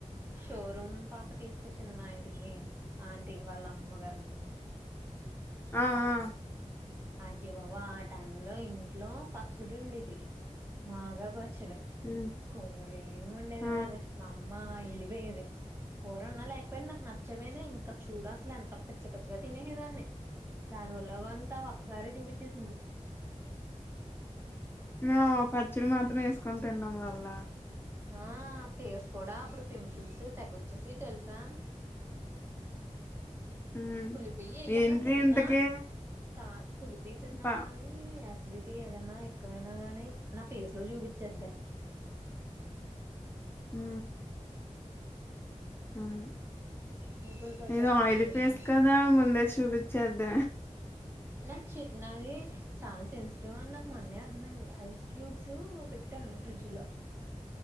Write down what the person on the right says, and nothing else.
షోరూమ్ పాప తీసుకొచ్చింది మా ఇంటికి ఆంటీ వాళ్ళ అమ్మ గారిని
అయ్య బాబోయ్ ఆ టై లో ఇంట్లో పచ్చడి ఉండడిేది మాకాయి పచ్చ చ్చడి
కూర ఏం ఉండేదికాదే
మా అమ్ మ్మ వెళ్ళపోయేది కూరన్నా లేకపోయినా నాకు నచ్చపోయినా ఇంకా చూడు అసలు ఎంత పచ్చ పచ్చగా తినేసే దాన్ని దాని వల్ల అంత సరే చూపించేసింది
ఆ ఫేస్ కూడా అప్పుడు పింపుల్స్ తగ్గొచ్చేసి తెలుసా
కుల్లిపోయి ఏయ్యన్న
తిన్నా
కా కుళ్ళిపోయి తిన్నా
గాని య అటి ఏదన్నా ఎక్కవైనా గానీ నా ఫేస్ లో చూపిిచేద్దె
పింపుల్స్ వచ్చేత్తాయి
వెంటనే
నా నాది చాలా సెన్సిటివ్ అని నాకు మొన్నే అర్థమైంది ఐస్ క్యూబ్స్ పెట్టాను ఫ్రిడ్జ్ లో